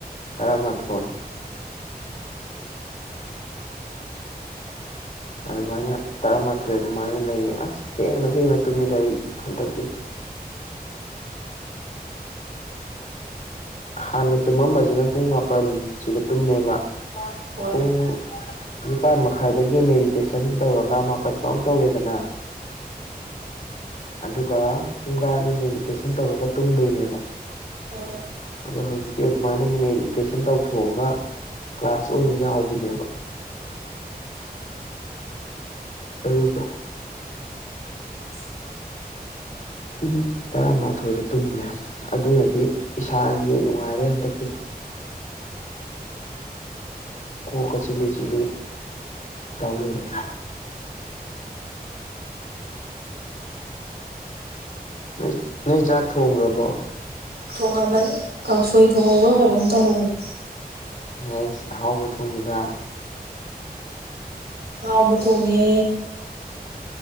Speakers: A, on the left; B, on the right.
A: ꯇꯔꯥꯃꯥꯊꯣꯏ ꯑꯗꯨꯃꯥꯏꯅ ꯇꯔꯥꯃꯥꯊꯣꯏ ꯑꯗꯨꯃꯥꯏꯅ ꯂꯩꯌꯦ ꯑꯁ ꯊꯦꯡꯅ ꯊꯦꯡꯅ ꯇꯨꯝꯃꯤꯗ ꯑꯩ ꯍꯟꯗꯛꯇꯤ ꯍꯥꯟꯅ ꯇꯨꯝꯃꯝꯕꯖꯤꯅ ꯄꯨꯡ ꯃꯥꯄꯟꯁꯤꯗ ꯇꯨꯝꯃꯦꯕ
B: ꯍꯣꯏ
A: ꯄꯨꯡ ꯅꯤꯄꯥꯥꯟ ꯃꯈꯥꯏꯗꯒꯤ ꯃꯦꯗꯤꯇꯦꯁꯟ ꯇꯧꯔꯒ ꯃꯥꯄꯜ ꯄꯥꯎ ꯇꯧꯔꯦꯗꯅ ꯑꯗꯨꯒ ꯄꯨꯡꯒꯥꯏ ꯑꯃ ꯃꯦꯗꯤꯇꯦꯁꯟ ꯇꯧꯔꯒ ꯇꯨꯝꯗꯣꯏꯅꯦꯕ
B: ꯍꯣꯏ
A: ꯑꯗꯣ ꯍꯧꯖꯤꯛꯇꯤ ꯑꯗꯨꯃꯥꯏꯅ ꯃꯦꯗꯤꯇꯦꯁꯟ ꯇꯧꯊꯣꯛꯑꯒ ꯀ꯭ꯂꯥꯁ ꯑꯣꯏꯅ ꯌꯥꯎꯕꯤꯅꯦꯕ ꯑꯗꯨ ꯀ
B: <inaudible>
A: ꯄꯨꯡ ꯇꯔꯥꯃꯥꯊꯣꯏꯗ ꯇꯨꯝꯃꯦ ꯑꯗꯨꯅꯗꯤ ꯏꯁꯥꯁꯤꯗꯤ ꯅꯨꯡꯉꯥꯏꯔꯦ ꯍꯟꯇꯛꯇꯤ ꯀꯣꯛꯀ ꯆꯛꯂꯤ ꯆꯛꯜꯂꯤ ꯇꯥꯎ ꯂꯩꯔꯦ ꯅꯣꯏ ꯅꯣꯏ ꯆꯥꯛ ꯊꯣꯡꯈ꯭ꯔꯕꯣ
B: ꯊꯣꯡꯉꯝꯃꯅꯤ ꯀꯥꯡꯁꯣꯏ ꯊꯣꯡꯍꯧꯕ꯭ꯔ ꯀꯩꯅꯣꯝ ꯇꯧꯍꯧꯕꯅꯤ
A: ꯌꯥꯁ ꯑꯍꯥꯎꯕ ꯊꯣꯡꯉꯤꯗ
B: ꯍꯥꯎꯕ ꯊꯣꯡꯉꯦ